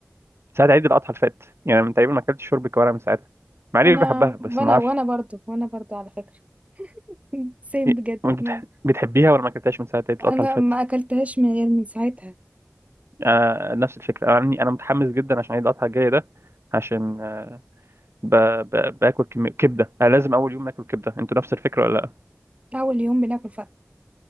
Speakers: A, on the right; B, on the right.
A: ساعة عيد الاضحى اللي فات يعني من تقريبا ما اكلتش شوربة كوارع من ساعتها مع اني
B: انا
A: بحبها بس
B: وانا
A: ما اعرفش
B: وانا برضو وانا برضو على فكرة <laughs> سيم
A: إيه،
B: بجد
A: وانت بتح-
B: ما.
A: بتحبيها ولا ما اكلتهاش من ساعة عيد الاضحى
B: انا
A: اللي فات
B: ما اكلتهاش من غير من ساعتها
A: انا نفس الفكرة انا عندي- انا متحمس جدا عشان عيد الاضحى الجاي ده عشان آه، ب... ب... باكل كمية كبدة انا لازم اول يوم اكل كبدة انتوا نفس الفكرة ولا لا
B: اول يوم بناكل فت...